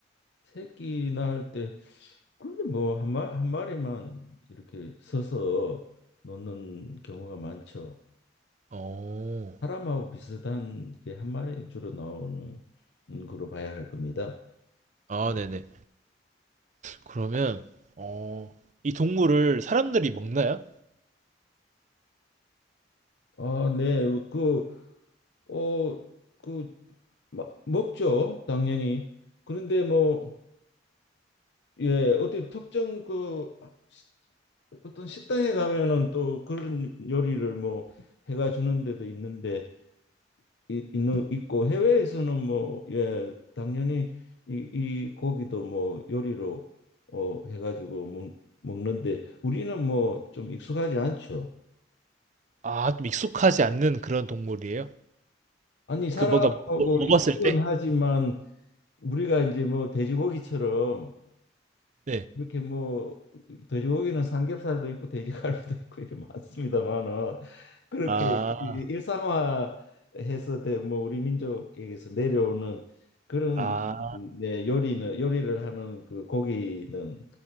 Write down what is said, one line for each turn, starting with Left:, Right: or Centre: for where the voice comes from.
Left: 새끼나 할때 그게 뭐한 마, 한 마리만 이렇게 서서 놓는 경우가 많죠.
Right: 어,
Left: 사람하고 비슷한 게 한 마리 주로 나오는 거로 봐야 할 겁니다.
Right: 아, 네네. 그러면, 어, 이 동물을 사람들이 먹나요?
Left: 아, 네. 그, 어, 그, 마, 먹죠. 당연히. 그런데 뭐, 예, 어떤 특정 그 시- 어떤 식당에 가면은 또 그런 요리를 뭐 해가 주는 데도 있는데 이- 있는 있고 해외에서는 뭐 예 당연히 이, 이 고기도 뭐 요리로 어 해가지고 먹, 먹는데 우리는 뭐 좀 익숙하지 않죠.
Right: 아, 좀 익숙하지 않는 그런 동물이에요?
Left: 아니 사람하고
Right: 그, 뭔가, 먹- 먹었을
Left: 익숙은
Right: 때?
Left: 하지만 우리가 이제 뭐 돼지고기처럼
Right: 네.
Left: 이렇게 뭐 돼지고기는 삼겹살도 있고 돼지갈비도 있고 이렇게 많습니다만은 그렇게
Right: 아.
Left: 이- 일상화해서 돼- 뭐 우리 민족에게서 내려오는 그런
Right: 아.
Left: 네, 요리는 요리를 하는 그 고기는